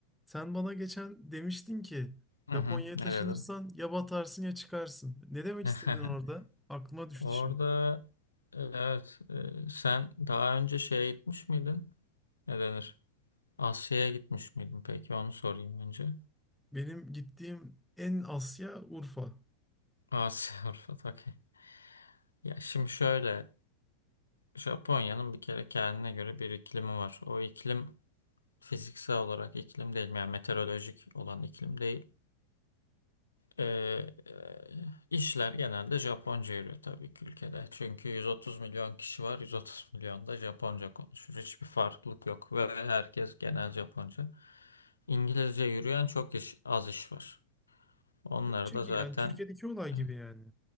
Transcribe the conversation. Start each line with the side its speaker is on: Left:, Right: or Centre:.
Centre: Sen bana geçen demiştin ki
Left: Hı
Centre: Japonya'ya
Left: hı, ne
Centre: taşınırsan
Left: dedim?
Centre: ya batarsın ya çıkarsın. Ne demek
Left: <laughs>
Centre: istedin orada? Aklıma düştü
Left: Orada
Centre: şimdi.
Left: e, evet e, sen daha önce şeye gitmiş miydin? Ne denir? Asya'ya gitmiş miydin peki? Onu sorayım önce.
Centre: Benim gittiğim en Asya Urfa.
Left: Asya <laughs> Avrupa okey. Ya şimdi şöyle Japonya'nın bir kere kendine göre bir iklimi var. O iklim fiziksel olarak iklim değil yani meteorolojik olan iklim değil. Ee, işler genelde Japonca yürüyor tabii ki ülkede. Çünkü 130 milyon kişi var. 130 milyon da Japonca konuşur. Hiçbir farklılık yok ve herkes genel Japonca. İngilizce yürüyen çok iş, az iş var. Onlar
Centre: Türkçe
Left: da
Centre: ki
Left: zaten
Centre: yani Türkiye'deki olay gibi
Left: evet.
Centre: yani.